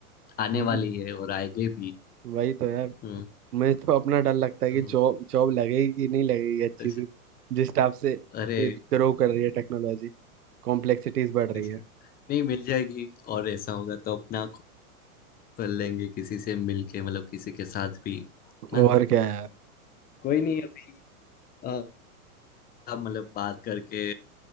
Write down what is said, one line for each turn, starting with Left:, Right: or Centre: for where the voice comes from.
Left: आने
Right: हम्म
Left: वाली है और आएंगे भी
Right: वही तो यार
Left: हम्म
Right: मुझे तो अपना डर लगता है
Left: अ,
Right: कि जॉब जॉब लगेगी कि नहीं लगेगी अच्छी
Left: अच्छा
Right: सी जिस टाइप से
Left: अरे
Right: ग्रो कर रही है टेक्नोलॉजी कॉम्प्लेक्सिटीज बढ़ रही
Left: अच्छा,
Right: है
Left: नहीं मिल जाएगी और ऐसा होगा तो अपना कर लेंगे किसी से मिलके मतलब किसी के साथ भी ना
Right: और क्या यार
Left: कोई नहीं अभी अ, अब मतलब बात करके